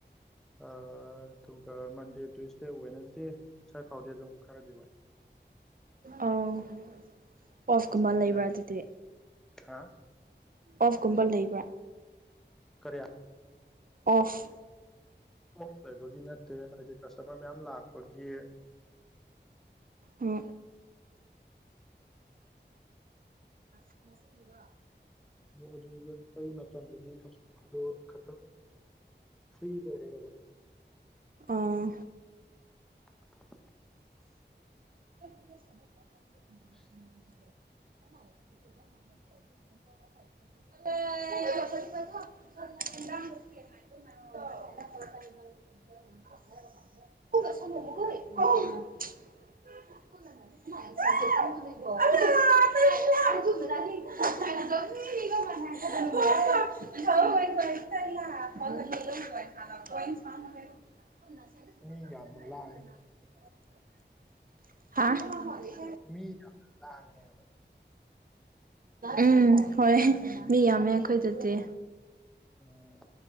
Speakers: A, in the centre; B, on the right.
A: ꯑꯗꯨꯒ ꯃꯟꯗꯦ ꯇꯨꯋꯁꯗꯦ ꯋꯅꯁꯗꯦ ꯁ꯭ꯏ ꯐꯥꯎꯗꯤ ꯑꯗꯨꯝ ꯈꯔꯗꯤ ꯋꯥꯏ
B: ꯑ ꯑꯣꯣꯐꯀꯨꯝꯕ
A: ꯀꯁꯇꯃꯔ
B: ꯂꯩꯕ꯭ꯔꯥ
A: ꯃꯌꯥꯝ
B: ꯑꯗꯨꯗꯤ
A: ꯍꯥ
B: ꯑꯣꯐꯀꯨꯝꯕ ꯂꯩꯕ꯭ꯔꯥ
A: ꯀꯔꯌꯥ
B: ꯑꯣꯐ
A: ꯑꯣꯐ ꯂꯩꯕꯒꯤ ꯅꯠꯇꯦ ꯍꯥꯏꯕꯗꯤ ꯀꯁꯇꯃꯔ ꯃꯌꯥꯝ ꯂꯥꯛꯄꯒꯤ
B: ꯎ ꯁꯁꯤꯗ
A: ꯑꯗꯨ ꯑꯩ ꯃꯇꯝꯗꯨꯗꯤ ꯀꯁꯇꯃꯔꯗꯣ ꯈꯇꯪ ꯐ꯭ꯔꯤ ꯑꯣꯏꯔꯛꯑꯦꯕ
B: ꯑꯥ
A: <unintelligible>
B: <unintelligible>
A: <unintelligible>
B: ꯍꯥꯏ <unintelligible> ꯆ ꯐ ꯁ ꯀꯣ ꯂ ꯣꯏ ꯐ <unintelligible>
A: ꯃꯤ ꯌꯥꯝꯅ ꯂꯥꯡꯉꯦ ꯃꯤ ꯂꯦꯕ
B: ꯎꯝ ꯍꯣꯏ ꯃꯤ ꯌꯥꯝꯃꯦ ꯑꯩꯈꯣꯏꯗꯗꯤ
A: ꯎꯝ